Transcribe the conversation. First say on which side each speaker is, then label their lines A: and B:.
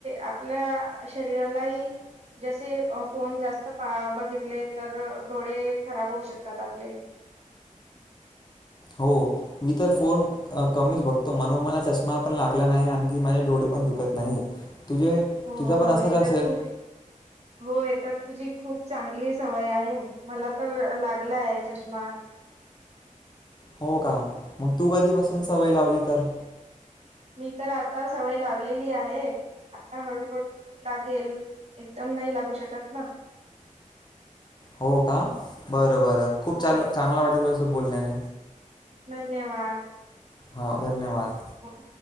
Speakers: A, on the right; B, on the left.
A: आपल्या शरीरालाही जसे फोन जास्त पा बघितले तर डोळे खराब होऊ शकतात आपले.
B: हो मी तर फोन कमीच बघतो म्हणून मला चष्मा पण लागला नाही, आणखी माझे डोळे पण दुखत नाही. तुझे
A: हो-हो
B: तुझा पण असाच
A: हे
B: असेल
A: तर खूप हो हे तर तुझी खूप चांगली सवय आहे मला तर लागलाय चष्मा.
B: हो का मग तू कधीपासून सवय लावली तर,
A: मी तर आता सवय लावलेली आहे आता हळू-हळू लागेल एकदम नाही लागू शकत ना.
B: हो का बरोबर, बरं खूप
A: हो
B: चल चांगला वाटेल, त बोलने.
A: धन्यवाद,
B: हो धन्यवाद,
A: हो,